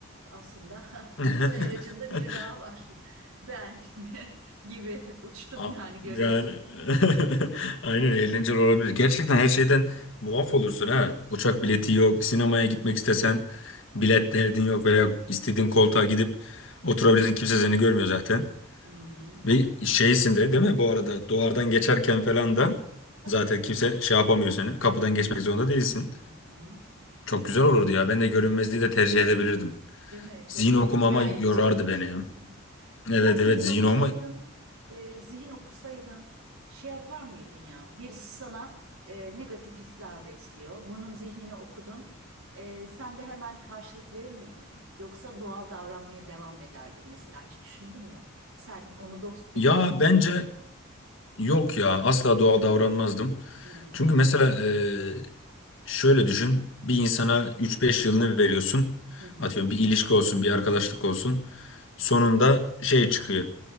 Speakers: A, on the right (about 85°); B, on the left (about 60°).
A: Aslında <laughs>
B: <laughs>
A: uzay aracında biri daha var. Ben <laughs> gibi uçtum
B: A-
A: yani görüyorsun.
B: Yani <laughs> aynen eğlenceli olabilir. Gerçekten her şeyden muaf olursun ha. Uçak bileti yok, sinemaya gitmek istesen bilet derdin yok veya istediğin koltuğa gidip oturabilirsin. Kimse seni görmüyor zaten.
A: Hı,
B: Ve şeysin de değil mi? Bu arada duvardan geçerken falan da
A: Tabii
B: zaten
A: tabii.
B: kimse şey yapamıyor seni. Kapıdan geçmek zorunda değilsin.
A: Hı hı.
B: Çok güzel olurdu ya. Ben de görünmezliği de tercih edebilirdim.
A: Değil mi?
B: Zihin
A: Çok
B: okumama
A: <laughs> ikna
B: yorardı
A: edici konuştum.
B: beni ya.
A: <laughs>
B: Evet
A: Sen zihin
B: evet zihin
A: okusaydın,
B: okuma.
A: e, zihin okusaydın şey yapar mıydın ya? Birisi sana e, negatif hisler besliyor. Bunun zihnini okudun. E, sen de hemen karşılık verir miydin? Yoksa doğal davranmaya devam ederdin mesela. Hiç düşündün mü? Sen onu dost biliyordun.
B: Ya bence Yok ya asla doğal davranmazdım.
A: Hmm,
B: Çünkü mesela e, şöyle düşün bir insana üç beş yılını veriyorsun.
A: Hı hı.
B: Atıyorum bir ilişki olsun bir arkadaşlık olsun. Sonunda şey çıkıyor.